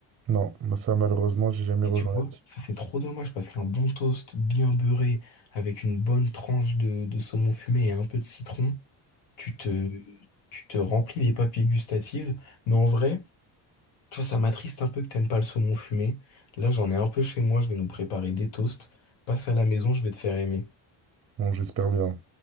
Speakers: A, on the right; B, on the left.
A: Non, moi, ça, malheureusement, j'ai jamais
B: Et
A: relevé.
B: tu vois, ça c'est trop dommage parce qu'un bon toast bien beurré avec une bonne tranche de, de saumon fumé et un peu de citron, tu te, tu te remplis les papilles gustatives. Mais en vrai, tu vois, ça m'attriste un peu que t'aimes pas le saumon fumé. Là, j'en ai un peu chez moi, je vais nous préparer des toasts. Passe à la maison, je vais te faire aimer.
A: Bon, j'espère bien.